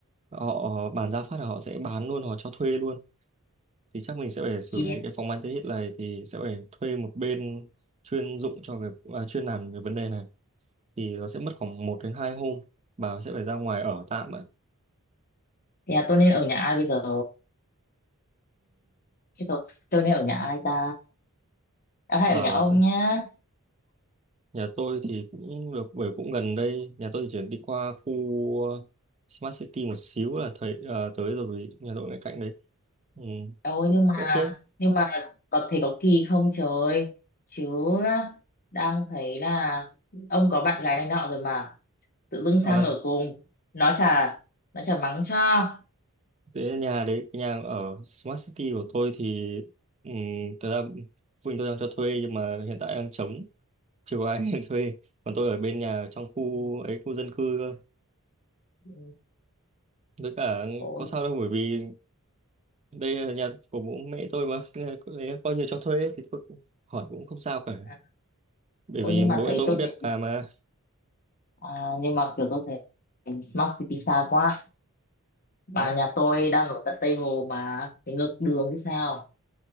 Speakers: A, on the right (about 30°); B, on the left (about 40°).
A: họ bán giá phát là họ sẽ bán luôn họ cho thuê luôn thì chắc mình sẽ phải xử
B: Yeah.
A: lý cái phòng anti-hit này thì sẽ phải thuê một bên chuyên dụng cho cái à, chuyên làm về vấn đề này thì nó sẽ mất khoảng một đến hai hôm bà sẽ phải ra ngoài ở tạm ạ
B: Thì à, tôi nên ở nhà ai bây giờ thế tôi, tôi nên ở nhà ai ta à, hay
A: ừ.
B: ở nhà ông nhá
A: Nhà tôi thì cũng được bởi cũng gần đây, nhà tôi thì chuyển đi qua khu ờ, Smart City một xíu là thấy ờ, tới rồi vì nhà tôi ngay cạnh đấy. Ừ.
B: Ôi
A: cũng
B: nhưng mà
A: Ok.
B: nhưng mà có thể có kỳ không trời chứ đang thấy là ông có bạn gái này nọ rồi mà tự dưng
A: Ờ,
B: sang ở cùng nó chả nó chả mắng cho
A: thế nhà đấy, nhà ở Smart City của tôi thì um, thật ra phụ huynh tôi đang cho thuê nhưng mà hiện tại đang trống, chưa có ai <laughs> thuê. Còn tôi ở bên nhà trong khu
B: Ừ,
A: ấy khu dân cư cơ.
B: ừ,
A: Với cả
B: ôi
A: có sao đâu bởi vì đây là nhà của bố mẹ tôi mà nên là coi coi như cho thuê thì tôi cũng hỏi cũng không sao cả.
B: à,
A: bởi
B: ôi
A: vì
B: nhưng mà
A: bố
B: thấy
A: mẹ tôi
B: tôi
A: cũng biết
B: thấy
A: làm mà
B: à, nhưng mà kiểu tôi thấy Smart City xa quá bà
A: ừ.
B: nhà tôi đang ở tận Tây Hồ mà phải ngược đường chứ sao